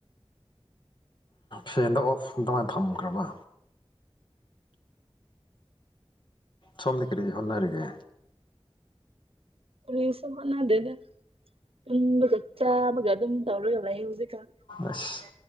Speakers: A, on the left (about 50°); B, on the right (about 65°).
A: ꯐꯦꯟꯗꫭ ꯑꯣꯐ ꯑꯗꯨꯃꯥꯏꯅ ꯊꯝꯈ꯭ꯔꯕ ꯁꯣꯝꯗꯤ ꯀꯔꯤ ꯍꯣꯠꯅꯔꯤꯒꯦ
B: ꯀꯔꯤꯁꯨ ꯍꯣꯠꯅꯗꯦꯗ ꯇꯨꯝꯕꯒ ꯆꯥꯕꯒ ꯑꯗꯨꯝ ꯇꯧꯔꯒ ꯂꯩꯌꯦ ꯍꯧꯖꯤꯛꯀꯥꯟ
A: ꯑꯁ